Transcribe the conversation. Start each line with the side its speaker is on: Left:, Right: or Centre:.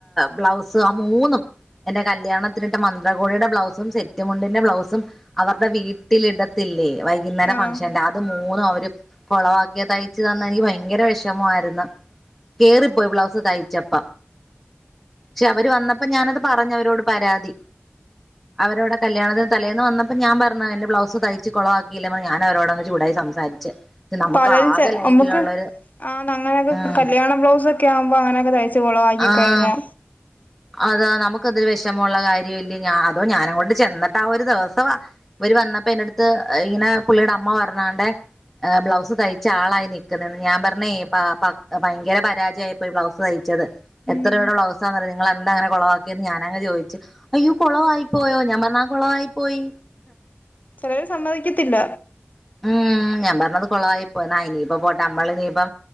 Centre: ബ്ലൗസ് മൂന്നും എന്റെ കല്യാണത്തിനിട്ട മന്ത്രകോടിയുടെ ബ്ലൗസും സെറ്റമുണ്ടിന്റെ ബ്ലൗസും അവരുടെ വീട്ടിലിടത്തില്ലേ വൈകുന്നേരം
Left: ആഹ്
Centre: ഫംഗ്ഷന്റെ അത് മൂന്നും അവര് കൊളവാക്കിയ തയ്ച്ചു തന്നെ. എനിക്ക് ഭയങ്കര വിഷമമായിരുന്നു കേറിപ്പോയി ബ്ലൗസ് തയ്ച്ചപ്പ ക്ഷെ അവർ വന്നപ്പോ ഞാനത് പറഞ്ഞ് അവരോട് പരാതി അവരോടെ കല്യാണത്തിന് തലേന്ന് വന്നപ്പോ ഞാൻ പറഞ്ഞ എന്റെ ബ്ലൗസ് തയ്ച്ച് കുളവാക്കിയില്ലെ ഞാൻ അവരോടങ്ങ് ചൂടായി സംസാരിച്ച് നമുക്ക്
Left: പലരും
Centre: ആകെ ലൈഫിലുള്ളൊരു
Left: നമുക്ക് ആ <unintelligible>
Centre: ഉം
Left: കല്യാണ ബ്ലൗ കയാവുമ്പോ അങ്ങനൊ കുളവാക്കിക്കഴിഞ്ഞാ
Centre: ആഹ് അതാ നമ്മുക്കതൊരു വിഷമം വെഷമാള്ള കാര്യല്ലേ അതോ ഞാനങ്ങോണ്ട് ചെന്നട്ട ആ ഒരു ദിവസം ഇവര് വന്നപ്പോ എന്റെ അടുത്ത് ഇങ്ങനെ പുള്ളിയുടെ അമ്മ പറഞ്ഞാ ബ്ലൗസ് തയ്ച്ച ആളായി നിക്കുന്നന്ന് ഞാൻ പറഞ്ഞേ ഭയങ്കര പരാജയമായിപ്പോയി ബ്ലൗസ് തയ്ച്ചത്
Left: ഉം
Centre: എത്ര രൂപേടെ ബ്ലൗസാന്നറിയോ നിങ്ങളെന്താ അങ്ങനെ കുളവാക്കിയന്ന് ഞാനങ് ചോദിച്ചു അയ്യോ കുളവായി പോയോ ഞാൻ പറഞ്ഞു ആ കുളവായി പോയി
Left: ചിലര് സമ്മതിക്കത്തില്ല
Centre: ഉം ഞാൻ പറഞ്ഞത് കുളവായി പോയിന്ന എനീപ്പത്പോട്ടെ നമ്മള്